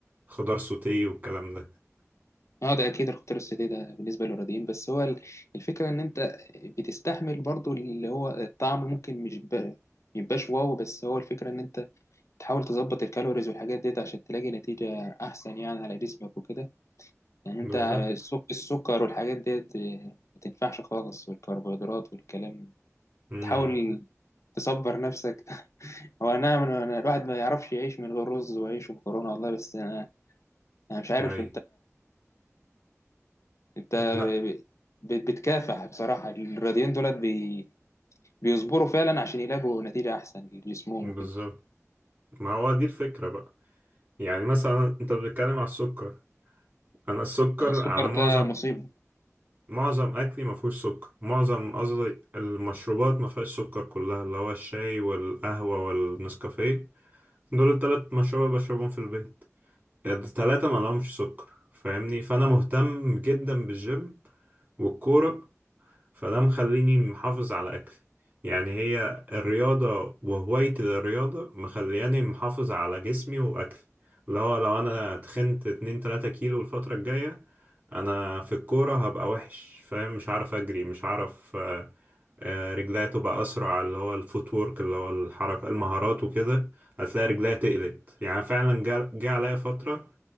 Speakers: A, on the right (about 35°); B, on the left (about 65°).
A: خضار سوتيه والكلام ده
B: ده اكيد الخطر السيتي ده بالنسبه للرياضيين بس هو ال- الفكره ان انت بتستحمل برضو اللي هو الطعم ممكن مش ب- ميبقاش واو بس هو الفكره ان انت تحاول تظبط الكالوريز والحاجات ديت عشان تلاقي نتيجه احسن يعني على جسمك وكده يعني
A: بالظبط
B: انت السك- السكر والحاجات ديت آه، ما تنفعش خالص والكربوهيدرات والكلام
A: امم
B: تحاول تصبر نفسك <laughs> هو انا أنا- الواحد ما يعرفش يعيش من غير رز وعيش ومكرونه والله بس انا أنا مش عارف
A: أي
B: انت
A: لا
B: بت- بتكافح بصراحة الرياضيين دولت بي... بيصبروا فعلا عشان يلاقوا نتيجة أحسن لجسمهم
A: بالظبط
B: وكده
A: ما هو دي الفكرة بقى يعني مثلا أنت بتتكلم على السكر أنا السكر
B: طب السكر
A: على معظم
B: ده مصيبة
A: معظم أكلي ما فيهوش سكر معظم قصدي المشروبات ما فيهاش سكر كلها اللي هو الشاي والقهوة والنسكافيه دول التلات مشروبات بشربهم في البيت التلاتة ما لهمش سكر فاهمني فانا مهتم جدا بالجيم والكورة فده مخليني محافظ على أكلي يعني هي الرياضة وهوايتي للرياضة مخلياني محافظ على جسمي وأكلي اللي هو لو أنا تخنت اتنين تلاتة كيلو الفترة الجاية أنا في الكورة هبقى وحش فاهم مش عارف أجري مش عارف آه، آه، رجليا تبقى أسرع اللي هو الفوت وورك اللي هو الحركة المهارات وكده هتلاقي رجليا تقلت يعني فعلا جا جا عليا فترة